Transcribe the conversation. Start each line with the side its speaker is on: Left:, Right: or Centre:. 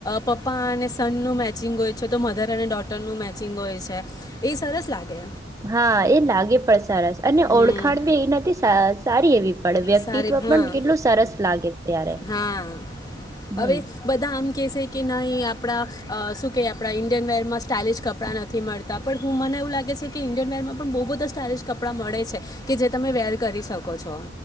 Left: પપ્પા અને સનનું મેચ મેચિંગ હોય છે તો મધર અને ડોટરનું મેચિંગ હોય છે એ સરસ લાગે
Right: હા એ લાગે પ સરસ અને
Left: હમ
Right: ઓળખાણ બી એના નથી સા સારી એવી પણ વ્યક્તિત્વ
Left: સારી હા
Right: પણ કેટલું સરસ લાગે ત્યારે
Left: હા હવે
Right: હમ
Left: બધા આમ. કહે છે કે નહીં આપણા શું કે આપણા ઈન્ડિયન વેરમાં સ્ટાઇલિશ કપડાં નથી મળતા પણ હું મને એવું લાગે છે કે ઇન્ડિયન વેરમાં પણ બહુ બધા સ્ટાઇલિશ કપડાં મળે છે કે જે તમે વેર કરી શકો છો